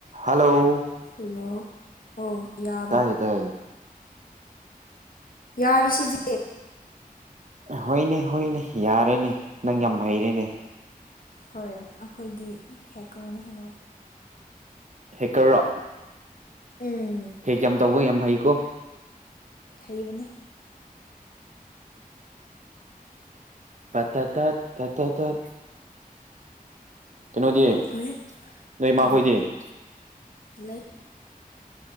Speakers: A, on the right (about 50°); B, on the left (about 70°).
A: ꯍꯥꯜꯂꯣ
B: hello ꯑꯣ ꯌꯥꯕ
A: ꯇꯥꯏ ꯇꯥꯏ
B: ꯌꯥꯔꯤꯁꯤꯗꯤ
A: ꯍꯣꯏꯅꯦ ꯍꯣꯏꯅꯦ ꯌꯥꯔꯦꯅꯦ ꯅꯪ ꯌꯥꯝ ꯍꯩꯔꯦꯅꯦ
B: ꯍꯣꯏ ꯑꯈꯣꯏꯗꯤ ꯍꯦꯛꯀ꯭ꯔꯅꯦ ꯍꯦꯛꯒ
A: ꯍꯦꯛꯀ꯭ꯔꯔꯣ
B: ꯎꯝ
A: ꯍꯦꯛ ꯌꯥꯝ ꯇꯧꯕ ꯌꯥꯝ ꯍꯩꯀꯣ
B: ꯍꯩꯕꯅꯦ
A: ꯇ ꯇ ꯇꯠ ꯇ ꯇ ꯇꯠ ꯀꯩꯅꯣꯗꯤ
B: ꯍꯧꯖꯤꯛ
A: ꯅꯣꯏ ꯃꯥꯈꯣꯏꯗꯤ
B: ꯀꯔꯤ ꯂꯩ